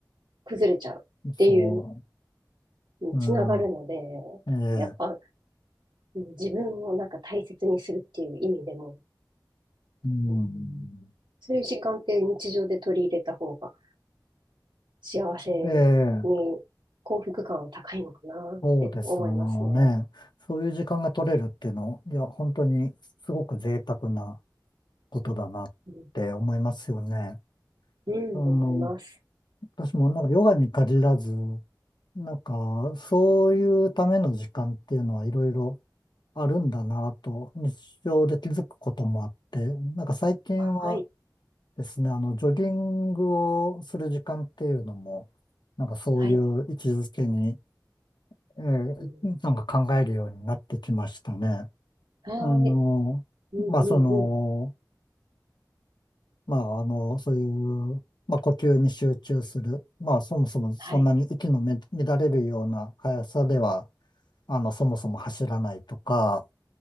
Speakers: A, on the right; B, on the left.
A: 崩れちゃうっていう
B: そ
A: につながるので、
B: う。うん。ええ。
A: やっぱ、うん自分をなんか大切にするっていう意味でも、
B: うん。
A: うん、そういう時間って日常で取り入れた方が、幸せ
B: で
A: に幸福感は高いのかなって思いますね。
B: そうですよね。そういう時間が取れるっていうの、
A: うん、
B: いや、本当にすごく贅沢なことだなって思いますよね。
A: うん、うん思います。
B: あの、私もなんかヨガに限らず、なんかそういうための時間っていうのはいろいろあるんだなと日常で気づくこともあって、なんか最近は
A: あ、はい、
B: ですね、あの、ジョギングをする時間っていうのも、なんかそういう位置づけに
A: はい、
B: えーなんか考えるようになってきましたね。
A: うん、はーい、
B: あの、
A: うん、うん、
B: まあ、その、
A: うん、
B: まあ、あの、そういう、まあ、呼吸に集中する。まあ、そもそもそんなに息のめ乱れるような速さでは、
A: はい、
B: あの、そもそも走らないとか、